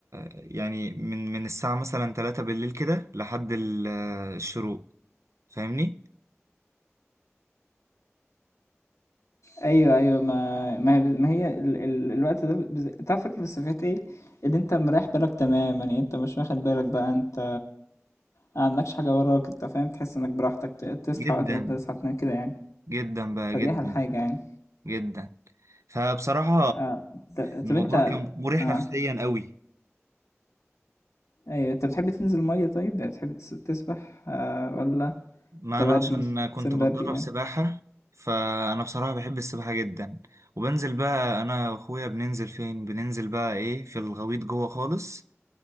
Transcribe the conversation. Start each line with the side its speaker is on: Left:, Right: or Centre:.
Right: يعني من من الساعة مثلا 3 بالليل كده لحد ال- آه، الشروق فاهمني
Left: أيوه، أيوه، ما ما هي ما هي ال ال الوقت ده بالذ أنت عارف الفكرة بس في حتّة إيه، إن أنت مريّح بالك تمام، يعني أنت مش واخد بالك بقى أنت ما عندكش حاجة وراك، أنت فاهم، تحس إنك براحتك، ت تصحى
Right: جدا
Left: وقت ما أنت تصحى تنام كده يعني،
Right: جدا بقى
Left: فدي
Right: جدا
Left: أحلى حاجة يعني.
Right: جدا فبصراحة
Left: آه، ط طب
Right: الموضوع
Left: أنت
Right: كان مريح
Left: آه،
Right: نفسيا قوي
Left: أيوه، أنت بتحب تنزل المَيّة طيب، يعني بتحب تس تسبح آآ والّا
Right: ما
Left: تبرّي؟
Right: انا عشان كنت
Left: سِمْ
Right: بتدرب
Left: برّي يعني،
Right: سباحة فانا بصراحة بحب السباحة جدا وبنزل بقى انا واخويا بننزل فين بننزل بقى ايه في الغويط جوه خالص